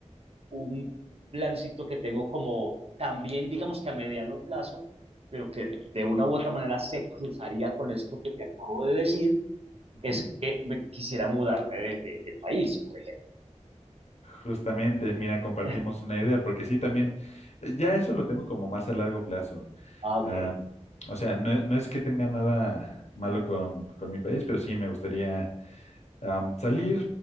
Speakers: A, on the right; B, on the left.
A: un plancito que tengo como también, digamos que a mediano plazo, pero que de una u otra manera se cruzaría con esto que te acabo de decir,
B: Ujú.
A: es que me quisiera mudarme de, de- de país, por ejemplo.
B: Justamente, mira, compartimos
A: <laughs>
B: una idea, porque sí, también, eh, ya eso lo tengo como más a largo plazo.
A: Ah, ok,
B: Ah, o sea, no, no es que tenga nada malo con, con mi país, pero sí me gustaría am, salir